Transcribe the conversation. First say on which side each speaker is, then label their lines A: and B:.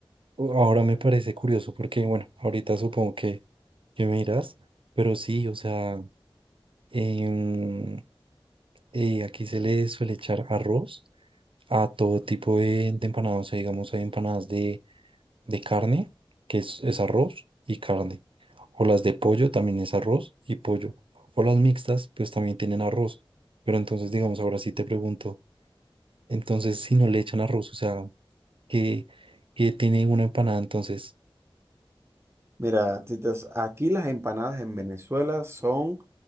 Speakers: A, on the right; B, on the right.
A: ahora me parece curioso porque, bueno, ahorita supongo que, que me dirás, pero sí, o sea, em, eh, aquí se le suele echar arroz a todo tipo de, de empanadas, o sea, digamos, hay empanadas de, de carne, que es, es arroz y carne, o las de pollo también es arroz y pollo, o las mixtas, pues también tienen arroz, pero entonces, digamos, ahora sí te pregunto, entonces, si no le echan arroz, o sea, que, que tiene una empanada. Entonces,
B: Mira, Titas, aquí las empanadas en Venezuela son